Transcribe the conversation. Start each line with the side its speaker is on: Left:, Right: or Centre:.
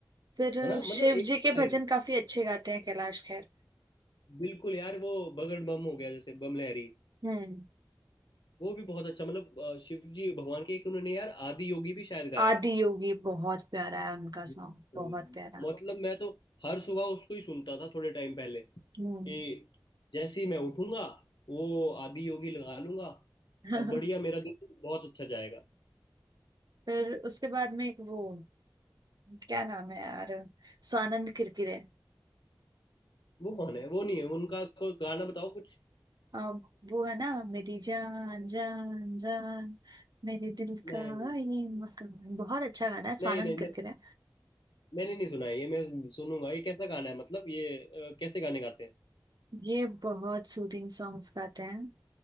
Right: फिर अ,
Left: है ना
Right: शिव
Left: मतलब एक
Right: जी के
Left: लाइन
Right: भजन काफी अच्छे गाते हैं कैलाश खेर
Left: बिल्कुल यार वो बगड़ बम हो गया जैसे बम लहरी
Right: हम्म
Left: वो भी बहुत अच्छा मतलब अ, शिव जी भगवान के एक उन्होंने यार आदि योगी भी शायद गाया
Right: आदि
Left: है
Right: योगी बहुत प्यारा है उनका
Left: बिल्कुल।
Right: सॉन्ग बहुत प्यारा
Left: मतलब मैं तो हर सुबह उसको ही सुनता था थोड़े टाइम पहले कि
Right: हम्म
Left: जैसे ही मैं उठूंगा वो आदि योगी लगा लूंगा
Right: <laughs>
Left: और बढ़िया मेरा दिन बहुत अच्छा जाएगा
Right: फिर उसके बाद में एक वो क्या नाम है यार स्वानंद किरकिरे
Left: वो कौन है वो नहीं है उनका कोई गाना बताओ कुछ
Right: अम, वो है ना मेरी जान जान जान मेरे दिल
Left: नहीं
Right: का ये मकान बहुत अच्छा गाना है स्वानंद
Left: नहीं नहीं
Right: किरकिरे
Left: मैं मैंने नहीं सुना है ये मैं सुनूंगा ये कैसा गाना है मतलब ये अ, कैसे गाने गाते हैं
Right: ये बहुत सूदिंग सॉन्ग्स गाते हैं